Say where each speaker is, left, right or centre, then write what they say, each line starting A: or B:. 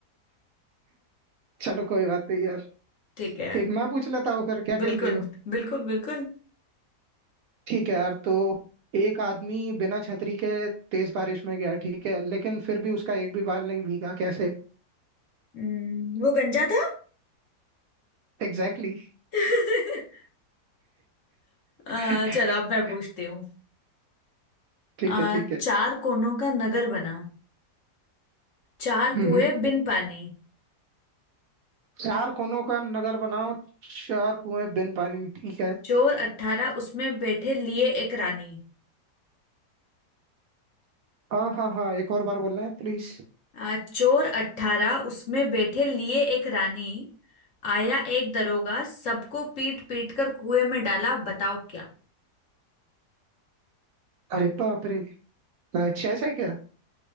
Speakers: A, on the right; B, on the left.
A: चलो कोई बात नहीं यार
B: ठीक है
A: एक मैं पूछ लेता हूँ फिर क्या
B: बिल्कुल
A: कहती हो
B: बिल्कुल बिल्कुल
A: ठीक है यार तो एक आदमी बिना छतरी के तेज बारिश में गया ठीक है लेकिन फिर भी उसका एक भी बाल नहीं भीगा कैसे
B: हम्म, वो गंजा था
A: Exactly exactly.
B: <laughs> आ,
A: <laughs>
B: चलो अब मैं पूछती हूँ
A: ठीक
B: आ,
A: है ठीक है
B: चार कोनों का नगर बना चार
A: हम्म
B: कुएं
A: हम्म।
B: बिन पानी
A: चार कोनों का नगर बनाओ चार कुएं बिन पानी में ठीक है
B: चोर अट्ठारह उसमें बैठे लिए एक रानी
A: हाँ हाँ हाँ एक और बार बोलना है प्लीज
B: आ, चोर अट्ठारह उसमें बैठे लिए एक रानी आया एक दरोगा सबको पीट पीट कर कुएं में डाला बताओ क्या
A: अरे बाप रे अच्छा ऐसा है क्या